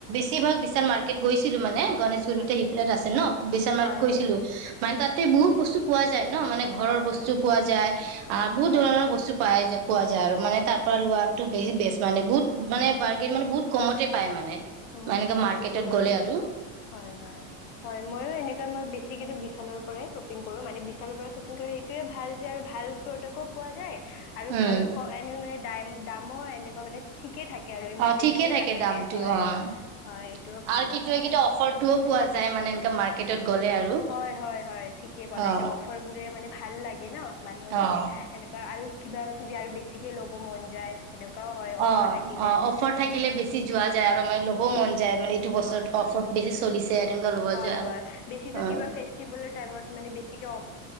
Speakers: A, on the right (about 55°); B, on the left (about 85°).
A: স ভাগ বিশ মাৰ্কট গৈছিলো মানে গণেশগুৰিতে
B: আচ্ছা
A: সফালে আছে ন বিশাল মাৰ্ক
B: হয়
A: গৈছিলো।
B: হয়
A: মানে তাতে বহু বস্তু পোৱা যায় নাই ন মানে ঘৰৰ
B: হয়
A: বস্তু
B: হয়
A: পোৱা যায় আ বহুত
B: হয়
A: ধৰণৰ বস্তু পাই পোৱা যায় আৰু মানে তাৰ পৰা লোৱাতো বেছি বেছ মানে বহুত মানে বাৰ্গেন মানে বহুত কমতে পায় মানে
B: হুম
A: মাননেকে
B: হুম
A: মাৰ্কেটত
B: ঠিকেই ক'লা
A: গ'লে আৰু
B: হয় হয় হয় ময়ো এনেকুৱ ম বেছি কিন্তু বিশালৰ পৰাই শ্বপিং কৰো মানে বিশালৰ পৰা শ্বপিং কৰো সেইটোয়ে ভাল যে আৰু ভাল প্ৰডাকও পোৱা যায়।
A: উম
B: আৰু ভাল এনে মানে দ দামৰ এনেকুৱা মানে ঠিক তাক। কেই থাকে আৰু ইমান
A: অ
B: বেছিয়ে
A: ঠিকে থাকে
B: নাথাকে
A: দামটো
B: হয়।
A: অ আৰু
B: হয় এইটোও ভালেই
A: কি ত হয় কি অফাৰ ও পোৱা যায় মানে এনেককা মাৰ্কেটত গ'লে আৰু
B: হয় হয় হয় ঠিকে কলা
A: অ
B: এইটো অফাৰ বোৰে মানে ভাল লাগে ন। মানুহৰ
A: অ
B: মানে এনেকুৱা আৰু কিবা কিবি আৰু বেছিকে ল'ব মন যায়। সেনেকুৱাও হয় অফাৰ
A: অ
B: থাকিলে।
A: অ অফাৰ থাকিলে
B: হয়,
A: বেছি যোৱা যায় আৰু মান ল'ব মন যায় মানে এইটো বছৰতফ
B: হয়, হয়,
A: বেছি চলিছে তেনেকুৱা ল'ব
B: হয়
A: যোৱা আৰু
B: হয় বেছিটো
A: অ
B: কিবা ফেষ্টিভেলৰ টাইমত মানে বেছিকে অ